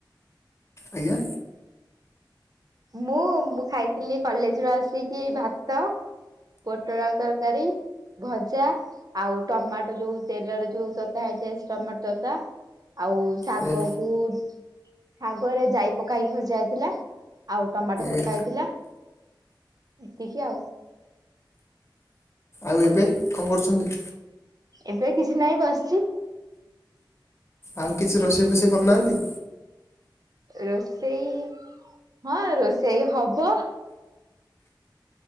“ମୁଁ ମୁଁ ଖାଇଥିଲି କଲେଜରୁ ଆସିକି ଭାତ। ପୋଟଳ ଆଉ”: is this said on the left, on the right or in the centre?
Right